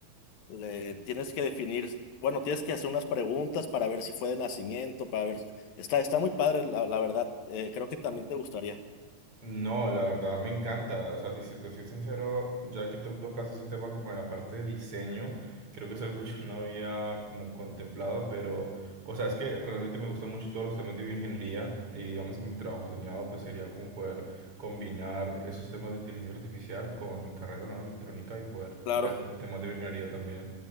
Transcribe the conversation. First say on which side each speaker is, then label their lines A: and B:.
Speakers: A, on the left (about 75°); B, on the right (about 40°).
A: Le tienes que definir, bueno, tienes que hacer unas preguntas para ver si fue de nacimiento, para ver. Está, está muy padre, la, la verdad. Eh, creo que también te gustaría.
B: No, la verdad me encanta. O sea, te- si te soy sincero, ya que tú tocas ese tema como en la parte de diseño, creo que es algo que <laughs> yo no había como contemplado, pero, o sea, es que realmente me gustan mucho todos los temas de bioingeniería y digamos que mi trabajo soñado pues sería como poder combinar esos temas de inteligencia artificial con mi carrera, ¿no? Electrónica y poder
A: Claro.
B: ver como temas de bioingeniería también.